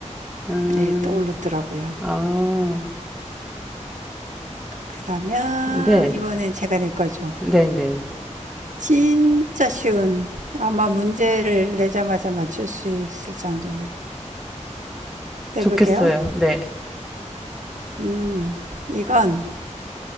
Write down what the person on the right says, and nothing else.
네, 떠오르더라고요.
그러면
이번엔 제가 낼 거죠.
진짜 쉬운 아마 문제를 내자마자 맞출 수 있을 정도로 내볼게요.
음, 이건